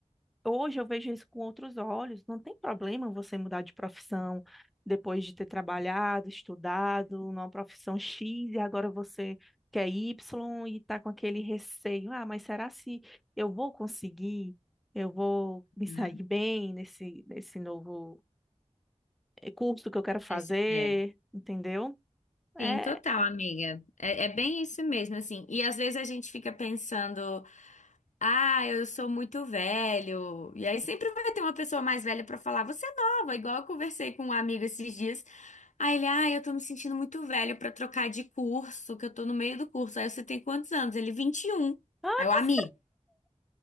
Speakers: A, in the centre; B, on the left (about 85°).
A: hoje eu vejo isso com outros olhos. Não tem problema você mudar de profissão depois de ter trabalhado, estudado numa profissão X e agora você quer Y e está com aquele receio. Ah, mas será se eu vou conseguir? Eu vou me
B: Uhum.
A: sair bem nesse, nesse novo eh, curso que eu quero fazer,
B: Esse- é.
A: entendeu? É,
B: Sim, total, amiga. É, é bem isso mesmo, assim. E às vezes a gente fica pensando Ah, eu sou muito velho. E aí sempre vai ter uma pessoa mais velha pra falar, você é nova, igual eu conversei com um amigo esses dias. Aí ele, ah, eu tô me sentindo muito velho pra trocar de curso, que eu tô no meio do curso. Aí você tem quantos anos? Ele, 21.
A: ah,
B: Aí o
A: você,
B: amigo.